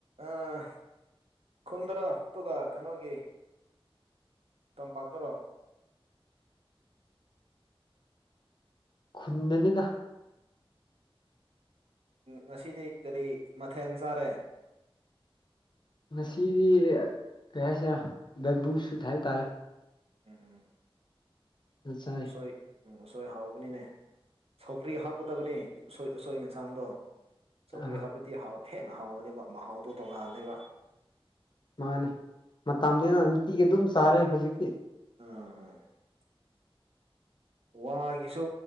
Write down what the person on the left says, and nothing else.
ꯈꯨꯟꯗꯅꯤꯗ
ꯉꯁꯤꯗꯤ ꯀꯩ ꯍꯥꯏꯁꯤꯔꯥ ꯕꯦꯝꯕꯨ ꯁꯨꯠ ꯍꯥꯏ ꯇꯥꯔꯦ
ꯆꯥꯏ
ꯑ
ꯃꯥꯅꯦ ꯃꯇꯝꯅꯤꯅ ꯅꯨꯡꯇꯤꯒꯤ ꯑꯗꯨꯝ ꯆꯥꯔꯦ ꯍꯧꯖꯤꯛꯇꯤ